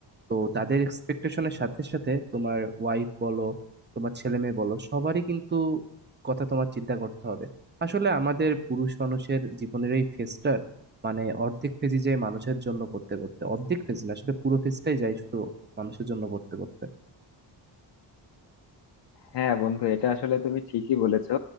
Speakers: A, on the right; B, on the left.
A: তো তাদের এক্সপেকটেশনের সাথে সাথে তোমার ওয়াইফ বলো তোমার ছেলে মেয়ে বলো সবারই কিন্তু কথা তোমার চিন্তা করতে হবে আসলে আমাদের পুরুষ মানুষের জীবনের এই ফেজটার মানে অর্ধেক ফেজই যায় মানুষের জন্য করতে করতে অর্ধেক ফেজ না আসলে পুরো ফেজটাই যায় শুধু মানুষের জন্য করতে করতে
B: হ্যাঁ বন্ধু এটা আসলে তুমি ঠিকই বলেছো